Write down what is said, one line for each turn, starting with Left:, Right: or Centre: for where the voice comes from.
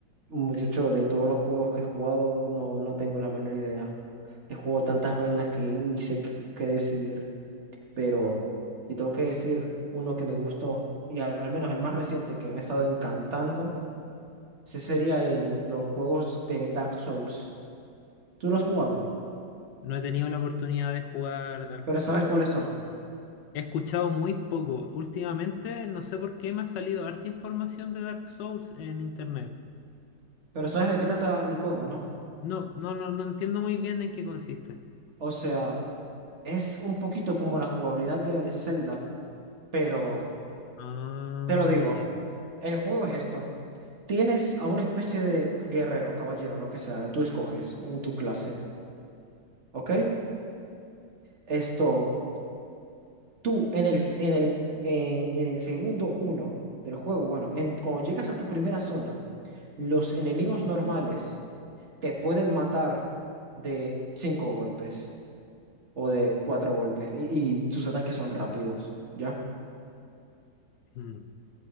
Right: Muchacho, de todos los juegos que he jugado, no, no tengo la menor idea. He jugado tantas vainas que ni sé qué qué decidir. Pero,
Left: Mm,
Right: y tengo que decir uno que me gustó, y al, al menos el más reciente que me ha estado encantando, ese sería el, los juegos de Dark Souls. Tú lo has jugado,
Left: ya. No he tenido la oportunidad de jugar Dark
Right: pero
Left: Souls.
Right: sabes cuáles son.
Left: He escuchado muy poco. Últimamente, no sé por qué me ha salido harta información de Dark Souls en internet.
Right: Pero sabes de qué trata el juego, ¿no?
Left: No, no, no, no entiendo muy bien en qué consiste.
Right: O sea, es un poquito como la jugabilidad de Zelda, pero.
Left: Ah,
Right: Te lo digo,
Left: ya.
Right: el juego es esto. Tienes a una especie de guerrero, caballero, lo que sea, tú escoges en tu clase, ¿ok? Esto, tú en el, s- en el, eh, en el segundo uno del juego, bueno, en, cuando llegas a tu primera zona, los enemigos normales te pueden matar de cinco golpes o de cuatro golpes y, y sus ataques son rápidos, ¿ya?
Left: Mm,